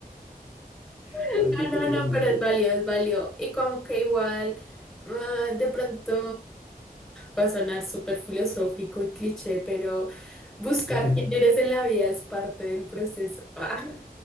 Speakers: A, on the right; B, in the centre.
A: <laughs> ¿Para
B: No,
A: qué te digo
B: no, no,
A: mentiras?
B: pero es válido, es válido. Y como que igual, ah, de pronto va a sonar súper filosófico y cliché, pero buscar
A: <laughs>
B: quién eres en la vida es parte del proceso. <laughs> Ah,